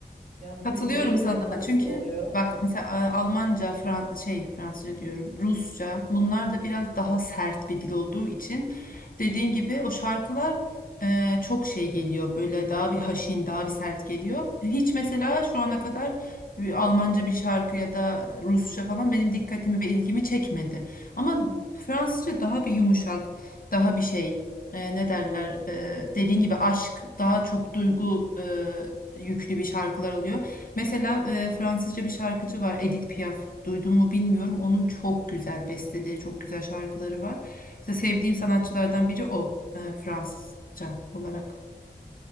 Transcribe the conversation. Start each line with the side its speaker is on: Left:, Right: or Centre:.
Right: Yani
Left: Katılıyorum
Right: bu neye göre
Left: sana.
Right: nasıl
Left: Çünkü
Right: oluyor?
Left: bak mesela e, Almanca, Fran şey Fransızca diyorum, Rusça bunlar da biraz daha sert bir dil olduğu için dediğin gibi o şarkılar e, çok şey geliyor böyle daha bir haşin, daha bir sert geliyor. Hiç mesela şu ana kadar bir Almanca bir şarkı ya da Rusça falan benim dikkatimi ve ilgimi çekmedi. Ama Fransızca daha bir yumuşak, daha bir şey e, ne derler e, dediğin gibi aşk daha çok duygu e, yüklü bir şarkılar oluyor. Mesela e, Fransızca bir şarkıcı var Edith Piaf. Duydun mu bilmiyorum. Onun çok güzel besteleri, çok güzel şarkıları var. Mesela sevdiğim sanatçılardan biri o e, Fransızca olarak.